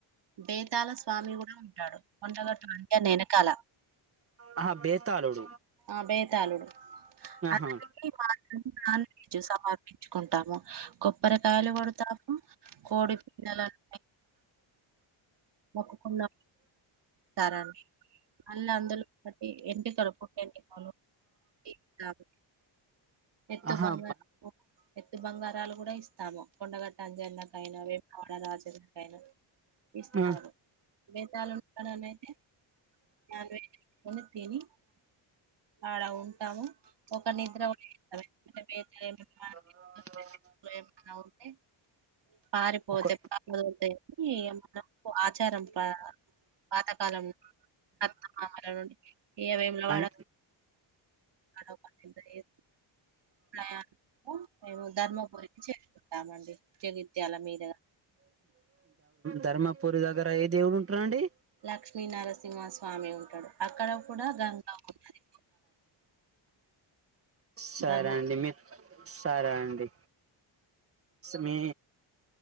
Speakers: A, on the right (about 55°); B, on the right (about 30°).
A: బేతాల స్వామి కూడా ఉంటాడు కొండగట్టు అంజన్న వెనకాల
B: ఆహ బేతలుడు
A: ఆ బేతళుడు అలా
B: ఆహా
A: మాత్ర నాన్ వెజ్ సమర్పించుకుంటు ఉంటాం కొబ్బరకాయలు కొడుతాము కోడి పిల్లలను మొక్కు కున్న ఇస్తారండి మళ్ళీ అందులో ఒకటి ఎంటకలు పుట్ట ఎంటికలు. తీస్తాము ఎత్తు
B: ఆహా
A: బంగారం ఎత్తు బంగారాలు కూడా ఇస్తాము కొండగట్ట అంజన్నకైనా వేములవాడ రాజన్నకైనా ఇస్తాడు
B: ఆ
A: బేతాలు డన్ అయితే నాన్ వెజ్ వండుకొని తిని అడ ఉంటాము ఒక నిద్ర <unintelligible>
B: స
A: ఏం అన్న అవుతే పారిపోతే
B: ఒక
A: పపోతే మనకు ఆచారం పా పాతకాలం అత్తమామాల నుండి ఇగ వేములవాడ
B: అం
A: అడంద తిరుగు ప్రయానము మేము ధర్మపురికి చేరుకుంటామండి. జగిత్యాల మీదుగా
B: ధర్మపురి దగ్గర ఏ దేవులు ఉంటారండి.
A: లక్ష్మీ నరసింహ స్వామి ఉంటాడు అక్కడ కూడా గంగా ఉంటది.
B: సరే
A: ధను
B: అండి మీ సరే అండి. మీ